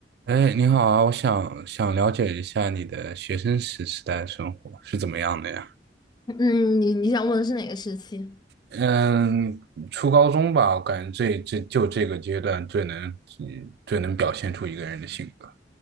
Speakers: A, on the right; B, on the left.
A: 哎，你好啊，我想想了解一下你的学生时时代生活是怎么样的呀？
B: 嗯，你你想问的是哪个时期？
A: 嗯，初高中吧，我感觉这这就这个阶段最能最能表现出一个人的性格。